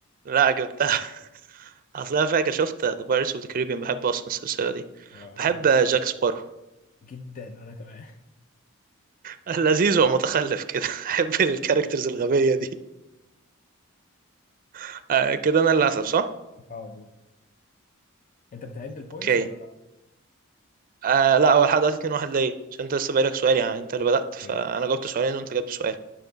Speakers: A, on the right; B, on the left.
A: لا جبتها <laughs> اصل انا فاكر شفت ذا بايرتس اوف ذا كاريبيان بحب اصلا السلسله دي
B: انا بعشقني
A: بحب جاك
B: كمان
A: سبارو
B: جدا وانا كمان
A: <laughs> لذيذ ومتخلف كده <laughs> بحب الكاركترز
B: <laughs>
A: الغبيه دي <laughs> آه كده انا اللي هسأل صح
B: اه دور انت بتعد البوينتس
A: اوكي
B: ولا لا؟
A: آه لا هو لحد دلوقتي 2 1 ليا عشان انت لسه بقالك سؤال يعني انت اللي بدأت فانا
B: اوكي
A: جاوبت سؤالين وانت جاوبت سؤال